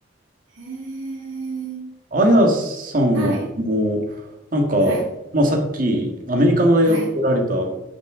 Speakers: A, on the right; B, on the right.
A: へー。
B: あやさんは、
A: はい。
B: もう、なんか、
A: はい。
B: まあ、さっき、アメリカの大学出られたっ
A: はい。